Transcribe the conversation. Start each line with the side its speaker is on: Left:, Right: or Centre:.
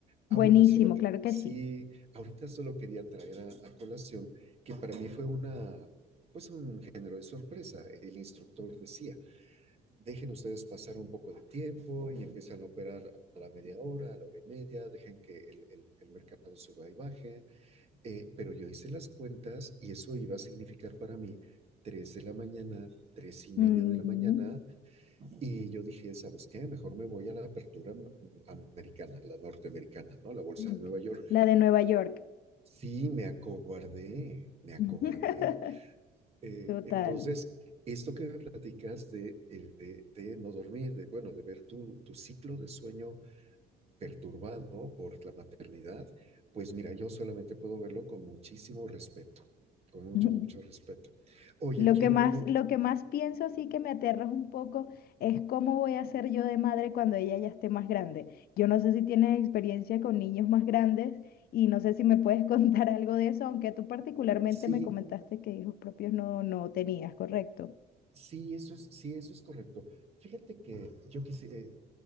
Right: Ahorita
Left: Buenísimo,
Right: solo que,
Left: claro que
Right: sí,
Left: sí.
Right: ahorita solo quería traer a, a colación que para mí fue una, pues un género de sorpresa, el instructor decía dejen ustedes pasar un poco de tiempo y empiezan a operar a la media hora, a la hora y media, dejen que el, el, el mercado suba y baje. Eh, pero yo hice las cuentas y eso iba a significar para mí 3 de la mañana, tres y media
Left: Mm,
Right: de la mañana, y yo dije, ¿sabes qué? Mejor me voy a la apertura americana, la norteamericana, ¿no? La bolsa
Left: ok.
Right: de Nueva York.
Left: La de Nueva York.
Right: Sí, me acobardé, me acobardé.
Left: <laughs>
Right: Eh, entonces,
Left: Total.
Right: esto que me platicas de, eh, de, de no dormir, de, bueno, de ver tu, tu ciclo de sueño perturbado por la maternidad, pues mira, yo solamente puedo verlo con muchísimo respeto, con mucho,
Left: <laughs>
Right: mucho respeto. Oye,
Left: Lo
Right: quiero
Left: que más,
Right: preguntar,
Left: lo que más pienso así que me aterra un poco es cómo voy a ser yo de madre cuando ella ya esté más grande. Yo no sé si tienes experiencia con niños más grandes y no sé si me puedes <laughs> contar algo de eso, aunque tú particularmente
Right: sí,
Left: me comentaste que hijos propios no, no tenías, ¿correcto?
Right: sí, eso es, sí, eso es correcto. Fíjate que yo quisiera,